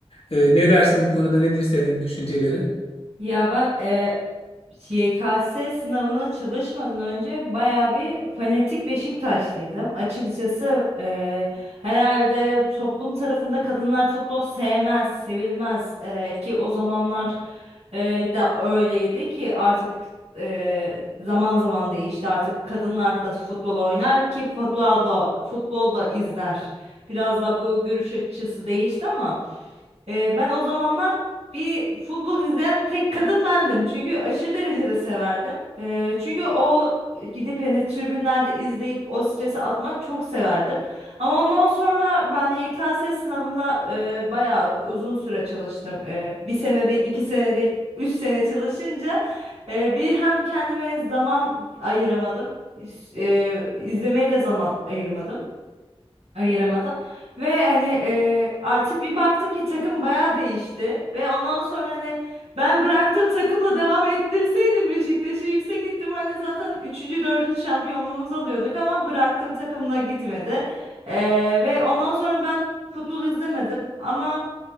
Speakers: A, on the left (about 65°); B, on the right (about 80°).
A: E, ne dersin bu konuda nedir senin düşüncelerin?
B: Ya ben e, YKS sınavına çalışmadan önce bayağı bir fanatik Beşiktaşlıydım. Açıkçası e, herhalde toplum tarafında kadınlar futbol sevmez, sevilmez E, ki o zamanlar e, da öyleydi ki artık e, zaman zaman değişti. Artık kadınlar da futbol oynar ki futbol da, futbol da izler. Biraz da bu görüş açısı değişti ama. Ee, ben o zamanlar bir futbol izleyen tek kadın bendim. Çünkü aşırı derecede severdim. Ee, çünkü o gidip yani tribünlerde izleyip o stresi atmak çok severdim. Ama ondan sonra ben YKS sınavına e, bayağı uzun süre çalıştım. E, bir sene değil, iki sene değil, üç sene çalışınca e, bir hem kendime zaman ayıramadım. E, izlemeye de zaman ayırmadım ayıramadım. Ve hani e, artık bir baktım ki takım bayağı değişti. Ve ondan sonra hani ben bıraktığım takımla devam ettirseydim Beşiktaş'ı yüksek ihtimalle zaten üçüncü dördüncü şampiyonluğumuzu alıyorduk ama bıraktığım takımla gitmedi. E, ve ondan sonra ben futbol izlemedim ama